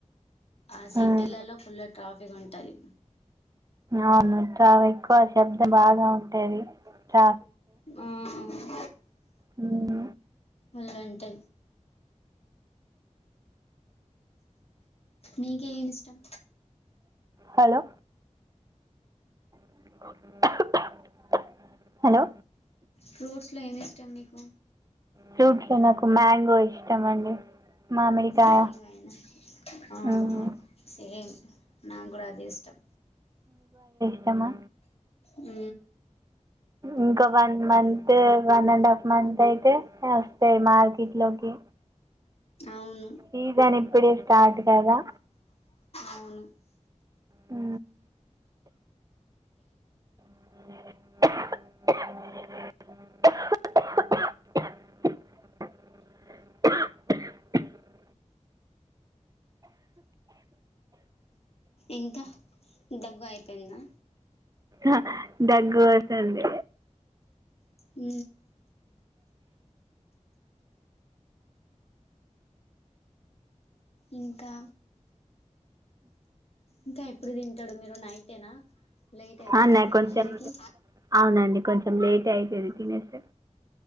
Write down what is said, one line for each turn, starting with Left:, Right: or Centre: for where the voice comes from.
Left: ఆ సిటీలలో
Right: మ్మ్.
Left: ఫుల్లు ట్రాఫిక్ ఉంటది
Right: అవును చాలా ఎక్కువ శబ్దం బాగా ఉంటేది చ
Left: ఆ
Right: హ్ మ్
Left: వళ్ళు ఉంటది మీకీ ఏం ఇష్టం
Right: హలో <inaudible> హలో
Left: ఫ్రూట్స్లో ఏమి ఇష్టం మీకు
Right: ఫ్రూట్స్ లో నాకు మంగో ఇష్టం అండి మామిడికాయ
Left: ఏమైనా ఆ
Right: మ్మ్.
Left: సేమ్ నా గూడ అదే ఇష్టం
Right: ఏమో
Left: ఊ
Right: ఇంకా one month one and half month అయితే వస్తాయి మార్కెట్ లోకి
Left: అవును
Right: సీజనిన్ ఇప్పుడు స్టార్ట్ కదా
Left: అవును
Right: ఊ <unintelligible>
Left: ఇంకా దగ్గు అయిపోయిందా
Right: అ దగ్గు వస్తుంది
Left: ఊ ఇంకా ఇంకా ఎప్పుడు తింటారు మీరు నైటేనా నైట్ అయితద
Right: అన్న
Left: తినే
Right: కొంచెం
Left: సరికి
Right: అవునండి కొంచెం లేట్ అయితది తినేస్తే